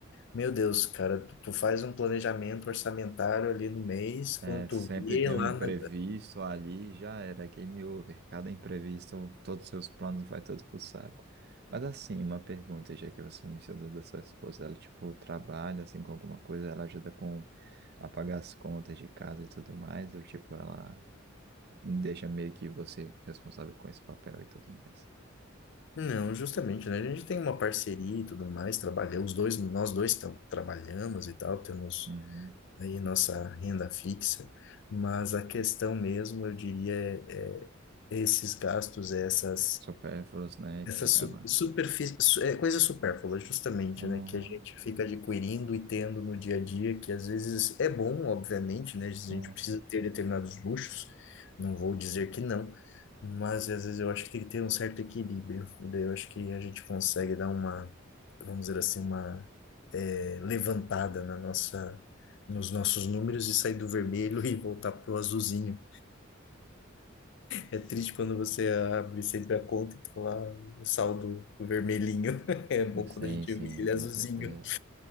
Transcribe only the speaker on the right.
É,
sempre
tem
um imprevisto
ali, já era, game over. Cada imprevisto, todos os seus planos vai todo pro saco. Mas assim, uma pergunta, já que você mencionou da sua esposa, ela tipo trabalha assim com alguma coisa, ela ajuda com a pagar as contas de casa e tudo mais, ou tipo ela deixa meio que você responsável com esse papel e tudo mais.
Uhum.
Supérfluos, né, que
acaba.
Uhum.
Uhum.
Sim,
sim,
com
certeza.